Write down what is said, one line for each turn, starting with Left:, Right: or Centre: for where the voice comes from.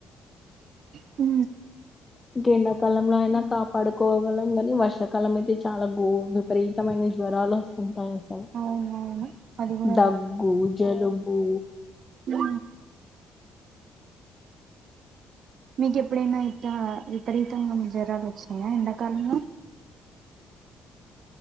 Right: హూ
Left: ఇంకా ఎండాకాలంలో అయినా కాపాడుకోగలం గాని వర్షాకాలం అయితే చాలా గోదం విపరీతమైన జ్వరాలు వస్తుంటాయి అసలు సరే
Right: అవునవును అది కూడా
Left: దగ్గు జలుబు
Right: ఉ మీకు ఎప్పుడైనా ఇట్లా విపరీతంగా జరాలు వచ్చినాయా ఎండాకాలంలో